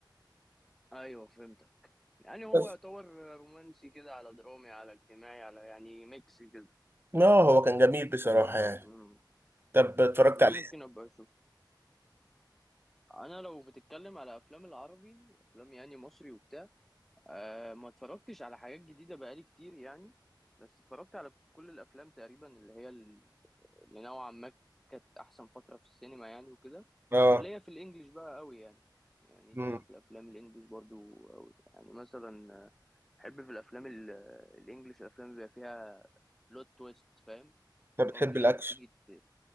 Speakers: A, in the centre; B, on the right (about 30°).
A: ايوه فهمت يعني هو
B: بس
A: يعتبر رومانسي كده على درامي على اجتماعي على يعني ميكس كده
B: اه هو كان جميل بصراحة يعني
A: مم.
B: طب اتفرجت
A: والله
B: عليه
A: ممكن ابقى اشوف انا لو بتتكلم على افلام العربي افلام يعني مصري وبتاع أه ما اتفرجتش على حاجات جديده بقالي كتير يعني بس اتفرجت على كل الافلام تقريبا اللي هي ال- اللي نوعا ما كانت احسن فتره في السينما يعني وكده
B: اه
A: وليا في الانجليش بقى قوي يعني يعني ليا
B: امم
A: في الافلام الانجليش برضو قوي يعني مثلا آه، بحب في الافلام ال- الانجليش الافلام اللي بيبقى فيها بلوت تويست فاهم
B: انت
A: اللي
B: بتحب
A: هو في الاخر
B: الاكشن
A: تيجي ت...